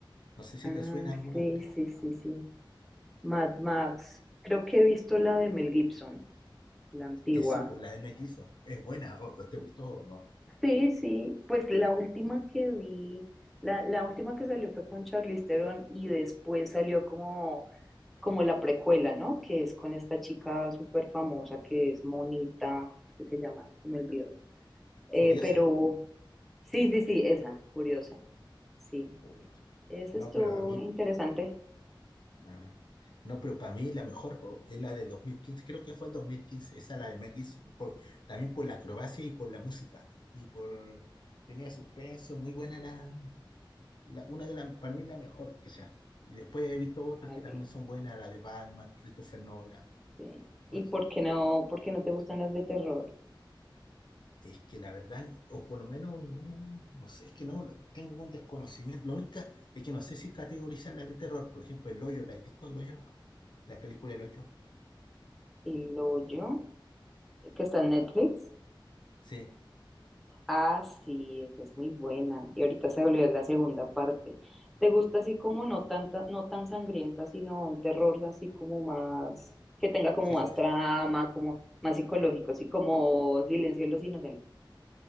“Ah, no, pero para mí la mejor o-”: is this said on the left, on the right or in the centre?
Left